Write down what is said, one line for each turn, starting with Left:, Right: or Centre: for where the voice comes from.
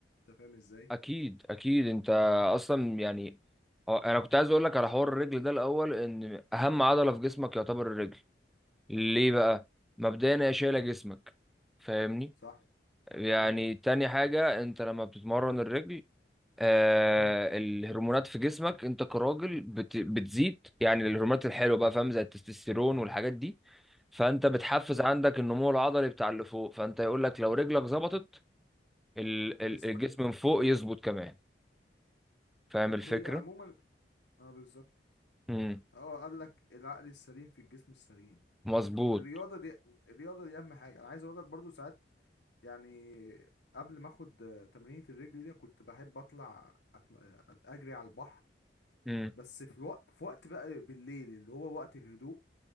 Left: انت فاهم ازاي
Centre: اكيد اكيد انت اصلا يعني هو- انا كنت عايز اقول لك على حوار الرجل ده الاول ان اهم عضلة في جسمك يعتبر الرجل ليه بقى مبدئيا
Left: يعني
Centre: هي شايلة
Left: شيء
Centre: جسمك فاهمني
Left: صح
Centre: يعني
Left: مظبوط اه
Centre: تاني حاجة انت لما بتتمرن الرجل آه
Left: مم.
Centre: الهرمونات في جسمك انت كراجل بت بتزيد يعني الهرمونات الحلوة بقى فاهم زي التستوستيرون والحاجات دي فانت بتحفز
Left: تمام.
Centre: عندك النمو العضلي بتاع اللي فوق فانت يقول لك لو رجلك ظبطت ال-
Left: جسمك
Centre: ال- الجسم من فوق يظبط كمان فاهم
Left: هي
Centre: الفكرة؟
Left: هي عموما اه بالظبط
Centre: امم
Left: اه قال لك العقل السليم في الجسم السليم
Centre: مظبوط
Left: الرياضه دي مظبوط الرياضه دي اهم حاجه انا عايز اقول لك برضو ساعات يعني قبل ما اخد آه، تمرينة الرجل دي كنت بحب اطلع أتم... آه، اجري على البحر
Centre: امم
Left: بس في وقت في وقت بقى بالليل اللي هو وقت الهدوء